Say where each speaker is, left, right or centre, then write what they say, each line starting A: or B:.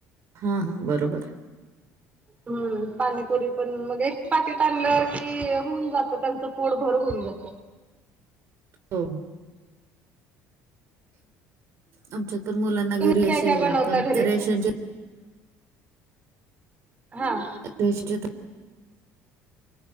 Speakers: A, on the right (about 55°); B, on the right (about 25°).
A: हा हा बरोबर.
B: हम्म पानीपुरी पण मग एक पाकिट आणलं की होऊन जातं त्यांचं पोट भर होऊन जात.
A: हो. आमच्यात पण मुलांना
B: तुम्ही
A: घरी असे
B: काय काय बनवता
A: आपण
B: घरी
A: रेशनचे
B: हा
A: <unintelligible>